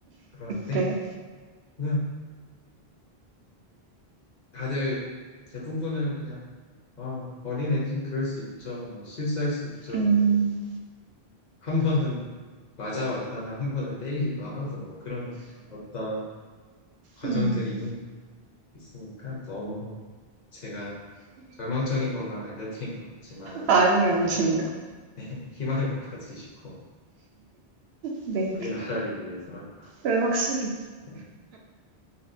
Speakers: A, on the left; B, on the right.
A: 그러는데,
B: 네,
A: 그냥 다들 대부분은 그냥 아, 어린 애들이 그럴 수 있죠. 뭐 실수할 수 있죠.
B: 음,
A: 그리고 한 번은 맞아왔다면 한 번은 때리기도 하고 뭐 그런 어떤 과정들이
B: 음.
A: 있으니까 너무 제가 절망적인 것만 알려드린 것 같지만
B: 아니요, 아니요.
A: 예, <laughs> 희망을 가지시고
B: 네,
A: 우리나라를 위해서
B: 그 확실히
A: <laughs> 네,